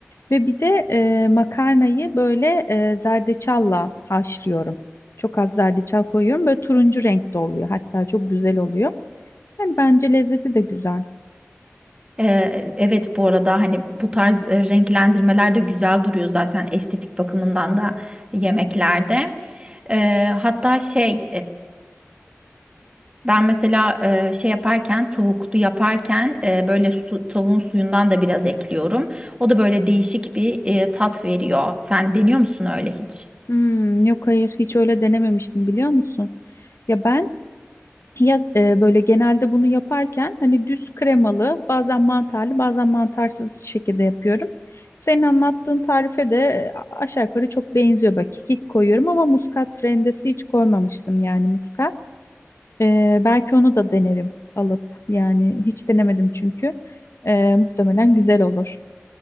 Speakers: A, on the left; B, on the right.
A: Ve bir de e, makarnayı böyle e, zerdeçalla haşlıyorum. Çok az zerdeçal koyuyorum. Böyle turuncu renkte oluyor. Hatta çok güzel oluyor. Yani bence lezzeti de güzel.
B: Ee, evet bu arada hani bu tarz e, renklendirmeler de güzel duruyor zaten estetik bakımından da yemeklerde. Ee, hatta şey Ben mesela e, şey yaparken tavuklu yaparken e, böyle su, tavuğun suyundan da biraz ekliyorum. O da böyle değişik bir e, tat veriyor. Sen deniyor musun öyle hiç?
A: Hmm, yok hayır hiç öyle denememiştim biliyor musun? Ya ben Ya e, böyle genelde bunu yaparken hani düz kremalı, bazen mantarlı, bazen mantarsız şekilde yapıyorum. Senin anlattığın tarife de e, aşağı yukarı çok benziyor. Böyle kekik koyuyorum ama muskat rendesi hiç koymamıştım yani muskat. E, belki onu da denerim alıp yani hiç denemedim çünkü. E, muhtemelen güzel olur.